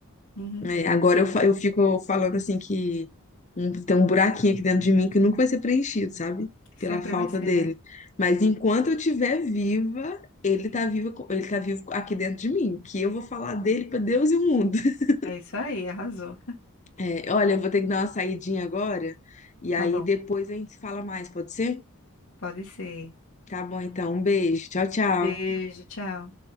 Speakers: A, on the left (about 60°); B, on the left (about 35°).
A: Uhum.
B: É, agora eu, fa- eu fico falando assim que um- tem um buraquinho aqui dentro de mim que nunca vai ser preenchido, sabe?
A: Sempre
B: Pela falta
A: vai ser,
B: dele.
A: né?
B: Mas enquanto eu estiver viva, ele tá vivo, co- ele tá vivo aqui dentro de mim, que eu vou falar dele pra Deus e o mundo. <laughs>
A: É isso aí, arrasou.
B: É, olha, eu vou ter que dar uma saidinha agora, e
A: Tá
B: aí
A: bom,
B: depois a gente se fala mais, pode ser?
A: pode ser.
B: Tá bom, então, um beijo. Tchau, tchau.
A: Beijo, tchau.